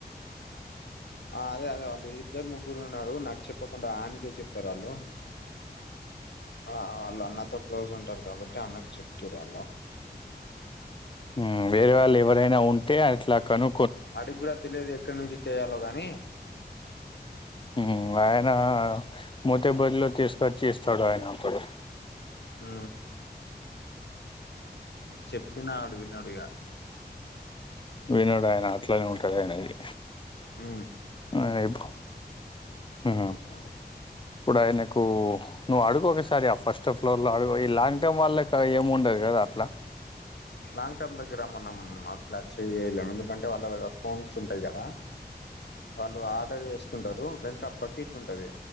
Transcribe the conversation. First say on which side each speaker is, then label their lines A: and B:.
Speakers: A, on the left; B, on the left.
A: ఆ అదే అదే వాళ్ళు ఇద్దరు ముగ్గురు ఉండారు నాకు చెప్పకుండా ఆయనికే చెప్తారు వాళ్ళు ఆ వాళ్ళు అన్నతో క్లోజ్ ఉంటారు కాబట్టి అన్నకి చెప్తుర్రు వాళ్ళు
B: ఊ వేరే వాళ్ళు ఎవరైనా ఉంటే అట్లా కను
A: వాడికి కూడా తెలియదు ఎక్కడి నుంచి తేయాలో గానీ
B: ఊ ఆయన మోతేబరిలో తీసుకొచ్చి ఇస్తాడు ఆయన ఒకడు
A: ఊ <inaudible> చెప్పినా అడు వినడు ఇగ
B: వినడు ఆయన అట్లనే ఉంటాది ఆయనది
A: ఊ
B: <unintelligible>
A: అదే
B: ఇప్పుడు ఆయనకు నువ్వు అడుగ ఒకసారి ఆ ఫస్ట్ ఫ్లోర్ లో అడుగు ఈ లాంగ్ టైమ్ వాళ్ళకి ఏం ఉండదు కదా పట్లా
A: లాంగ్ టర్మ్ దగ్గర మనం అట్లాచ్చ చేయలేము ఎందుకంటే వాళ్ళ దగ్గర ఫోన్స్ ఉంటాయి కదా వాళ్ళు ఆర్డర్ చేసుకుంటారు వెంక బకెట్ ఉంటుది